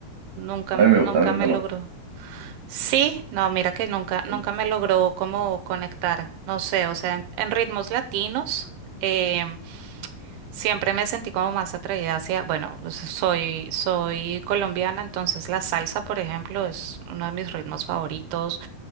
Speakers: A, on the right (about 85°); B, on the right (about 65°).
A: nunca,
B: A mí me
A: nunca
B: gusta, a mí me gusta
A: me
B: más.
A: logró. Sí, no, mira que nunca, nunca
B: Sí,
A: me logró como conectar, no sé, o sea, en, en ritmos latinos em, siempre me sentí como más atraída hacia, bueno, pues, soy, soy colombiana, entonces la salsa, por ejemplo, es uno de mis ritmos favoritos,